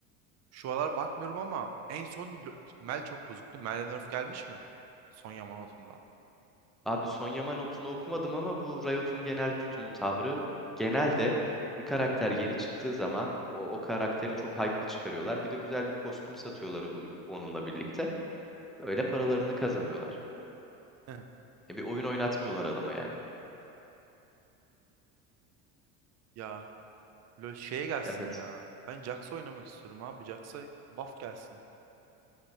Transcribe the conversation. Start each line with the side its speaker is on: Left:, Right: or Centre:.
Right: Şu aralar bakmıyorum ama en son Lo- Mel çok bozuktu. Mel'den nerf gelmiş mi? Son Yamanote'unda.
Centre: Abi Son Yaman notunu okumadım ama bu Riot'un genel tutumu tavrı genelde bir karakter yeni çıktığı zaman o, o karakteri çok hype'lı çıkarıyorlar. Bir de güzel bir kostüm satıyorlar o- onunla birlikte. Öyle paralarını kazanıyorlar.
Right: <laughs>
Centre: E bir oyun oynatmıyorlar adama yani.
Right: Ya LoL şeye gelsin
Centre: Evet.
Right: ya. Ben Jax'a oynamak istiyorum abi. Jax'a buff gelsin.